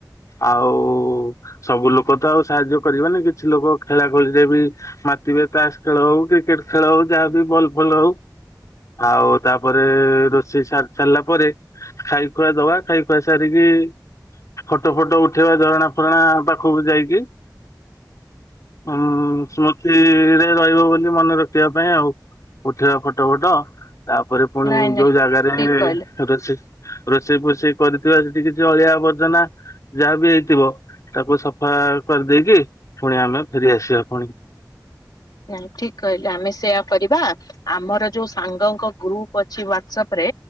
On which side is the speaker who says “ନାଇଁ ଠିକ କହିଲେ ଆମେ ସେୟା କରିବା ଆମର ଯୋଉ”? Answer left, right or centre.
Left